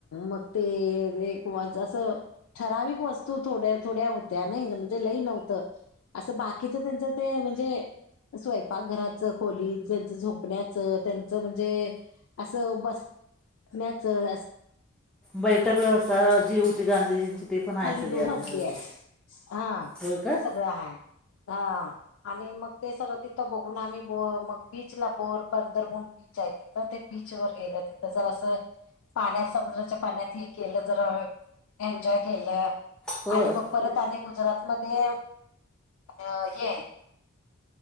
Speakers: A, on the left; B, in the centre.
A: म ते एकं ठराविक वस्तू थोड्या थोड्या होत्या नाही म्हणजे लई नव्हतं असं बाकीच त्यांचं ते म्हणजे स्वयंपाकघराचं खोली त्यांच झोपण्याचं त्यांचं म्हणजे असं बस म्याचा असे
B: बैठक व्यवस्था जी होती गांधीजींची ते पण आहे
A: खाली
B: सगळी
A: दोन
B: अजून
A: मजली
B: व्यवस्थित
A: आहे हा
B: होय काय
A: सगळं हा हा आणि मग ते सगळं तिथं बघून आम्ही ब मग बीचला बोर पंदरमून बीच आहे थ ते बीच वर गेले तिथं जर असं पाण्यात समुद्राच्या पाण्यात हे केलं जरा एन्जॉय गेलं
B: होय
A: आणि मग परत आणि गुजरात मध्ये अ हे